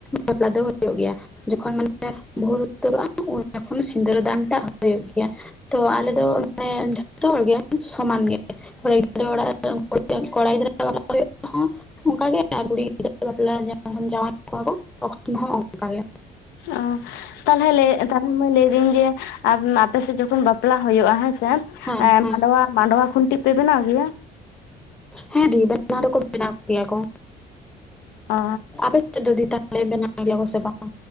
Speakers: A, in the centre; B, on the left.
A: ᱵᱟᱯᱞᱟ ᱫᱚ ᱦᱩᱭᱩᱜ ᱜᱮᱭᱟ ᱡᱚᱠᱷᱚᱱ ᱵᱷᱩᱨ ᱩᱛᱟᱹᱨᱚᱜᱼᱟ ᱚᱸᱰᱮᱠᱷᱚᱱ ᱥᱤᱸᱫᱽᱨᱟᱹ ᱫᱟᱱᱴᱟᱜ ᱦᱩᱭᱩᱜ ᱜᱮᱭᱟ ᱾ ᱛᱚ ᱟᱞᱮ ᱫᱚ ᱢᱟᱱᱮ ᱡᱚᱛᱚ ᱦᱚᱲ ᱜᱮ ᱥᱚᱢᱟᱱ ᱜᱮ ᱾ ᱠᱚᱲᱤ ᱜᱤᱫᱽᱨᱟᱹ ᱚᱲᱟᱜ ᱠᱚᱲᱟ ᱜᱤᱫᱽᱨᱟᱹ ᱚᱱᱠᱟᱜᱮ ᱟᱨ ᱠᱩᱲᱤ ᱜᱤᱫᱽᱨᱟᱹ ᱵᱟᱯᱞᱟ <unintelligible> ᱡᱟᱶᱟᱭ ᱠᱚᱣᱟ ᱠᱚ ᱛᱚᱠᱷᱚᱱ ᱦᱚᱸ ᱚᱱᱠᱟᱜᱮ ᱾
B: ᱚ ᱛᱟᱦᱞᱮ ᱞᱟᱹᱭ ᱛᱟᱞᱦᱮ ᱢᱟᱹᱭ ᱞᱟᱹᱭ ᱫᱤᱧ ᱡᱮ ᱟᱨ ᱟᱯᱮᱥᱮᱫ ᱡᱚᱠᱷᱚᱱ ᱵᱟᱯᱞᱟ ᱦᱩᱭᱩᱜᱼᱟ ᱦᱮᱸᱥᱮ
A: ᱦᱮᱸ ᱦᱮᱸ
B: ᱢᱟᱰᱣᱟ ᱢᱟᱰᱣᱟ ᱠᱷᱩᱱᱴᱤ ᱯᱮ ᱵᱮᱱᱟᱣ ᱜᱮᱭᱟ?
A: ᱦᱮᱸ ᱫᱤ ᱵᱮᱱᱟᱣ ᱫᱚᱠᱚ ᱵᱮᱱᱟᱣ ᱜᱮᱭᱟ ᱠᱚ
B: ᱚ
A: ᱾ ᱡᱩᱫᱤ ᱛᱟᱦᱚᱞᱮ ᱵᱮᱱᱟᱣ ᱜᱮᱭᱟ ᱠᱚᱥᱮ ᱵᱟᱝ?